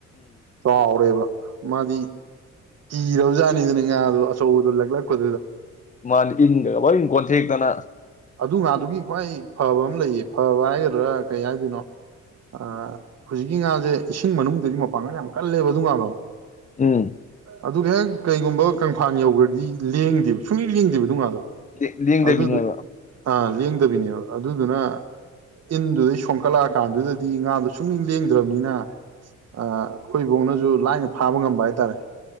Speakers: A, on the right; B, on the left.
A: ꯆꯥꯎꯔꯦꯕ ꯃꯥꯗꯤ ꯏꯔꯕꯖꯅꯤꯗꯨꯅꯤ ꯉꯥꯗ ꯑꯆꯧꯕꯗꯨ ꯂꯛꯂꯛ <unintelligible>
B: ꯃꯥꯗꯤ ꯏꯪꯒ ꯂꯣꯢꯟ ꯀꯣꯠꯊꯦꯛꯇꯅꯥ
A: ꯑꯗꯨ ꯉꯥꯗꯨꯒꯤ ꯈ꯭ꯋꯥꯏ ꯐꯕ ꯑꯃ ꯂꯩꯌꯦ ꯐꯕ ꯍꯥꯏꯒꯗ꯭ꯔꯥ ꯀꯩ ꯍꯥꯏꯗꯣꯏꯅꯣ ꯑꯥ ꯍꯨꯖꯤꯛꯀꯤ ꯉꯥꯖꯦ ꯏꯁꯤꯡ ꯃꯅꯨꯡꯗꯗꯤ ꯃꯄꯥꯡꯒꯟ ꯌꯥꯝ ꯀꯜꯂꯦꯕ ꯑꯗꯨ ꯉꯥꯗꯣ꯫
B: ꯎꯝ꯫
A: ꯑꯗꯨꯒ ꯍꯦꯛ ꯀꯩꯒꯨꯝꯕ ꯀꯪꯐꯥꯟ ꯌꯧꯒ꯭ꯔꯗꯤ ꯂꯦꯡꯗꯦꯕ ꯁꯨꯡꯂꯦꯡ ꯂꯦꯡꯗꯦꯕ ꯑꯗꯨ ꯉꯥꯗꯣ꯫
B: <unintelligible> ꯂꯤꯡꯗꯕꯤꯅꯦꯕ꯫
A: ꯑꯗꯨꯗꯨ ꯑꯥ ꯂꯦꯡꯗꯕꯤꯅꯦꯕ ꯑꯗꯨꯗꯨꯅ ꯏꯟꯗꯨꯗꯩ ꯁꯣꯟꯀꯠꯂꯛꯑꯀꯥꯟꯗꯨꯗꯗꯤ ꯉꯥꯗꯣ ꯁꯨꯛꯂꯦꯡ ꯂꯦꯡꯗ꯭ꯔꯃꯅꯤꯅꯥ ꯑ ꯑꯈꯣꯏ ꯢꯕꯣꯛꯅꯖꯨ ꯂꯥꯏꯅ ꯐꯥꯕ ꯉꯝꯕ ꯍꯥꯏꯇꯥꯔꯦ